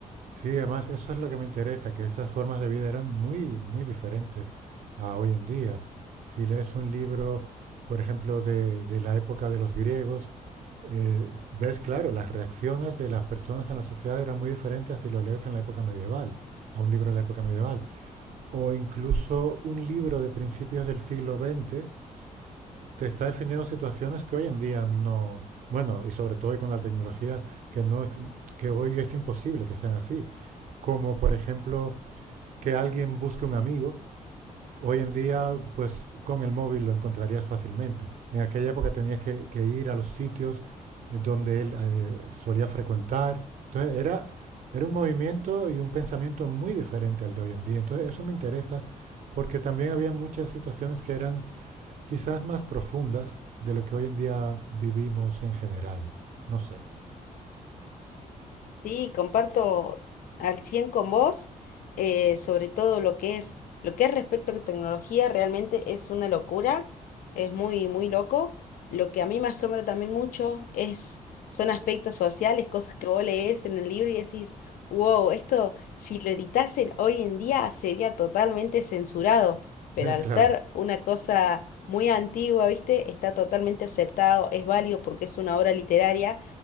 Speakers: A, on the right; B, on the left.
A: Sí, además eso es lo que me interesa, que esas formas de vida eran muy, muy diferentes a hoy en día. Si lees un libro, por ejemplo, de, de la época de los griegos, eh, ves, claro, las reacciones de las personas en la sociedad eran muy diferentes a si lo lees en la época medieval, a un libro de la época medieval. O incluso un libro de principios del siglo XX te está definiendo situaciones que hoy en día no... Bueno, y sobre todo hoy con la tecnología, que, no, ex- que hoy es imposible que sean así como por ejemplo que alguien busque un amigo. Hoy en día, pues con el móvil lo encontrarías fácilmente. En aquella época tenías que, que ir a los sitios eh, donde él eh, solía frecuentar. Entonces era, era un movimiento y un pensamiento muy diferente al de hoy en día. Entonces eso me interesa porque también había muchas situaciones que eran quizás más profundas de lo que hoy en día vivimos en general. No sé.
B: Sí, comparto al 100 con vos, eh, sobre todo lo que es, lo que es respecto a tecnología, realmente es una locura, es muy, muy loco. Lo que a mí me asombra también mucho es, son aspectos sociales, cosas que vos lees en el libro y decís, wow, esto si lo editasen hoy en día sería totalmente censurado, pero al
A: <laughs> claro,
B: ser una cosa muy antigua, ¿viste? Está totalmente aceptado, es válido porque es una obra literaria